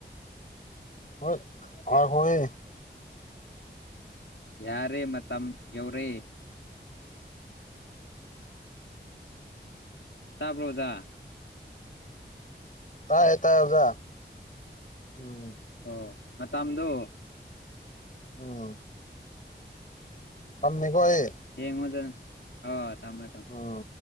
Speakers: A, on the left (about 45°); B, on the left (about 80°).
A: ꯍꯣꯏ ꯉꯥꯏꯈꯣꯍꯦ
B: ꯌꯥꯔꯦ ꯃꯇꯝ ꯌꯧꯔꯦ ꯇꯥꯕ꯭ꯔꯣ ꯑꯣꯖꯥ?
A: ꯇꯥꯏꯌꯦ ꯇꯥꯏꯌꯦ ꯑꯣꯖꯥ ꯎꯝ
B: ꯑꯣ ꯃꯇꯝꯗꯣ
A: ꯎꯝ ꯇꯝꯃꯦꯀꯣ ꯑꯩ
B: ꯌꯦꯡꯉꯣꯗꯨꯝ ꯑꯣ ꯊꯝꯃꯣ ꯊꯝꯃꯣ
A: ꯎꯝ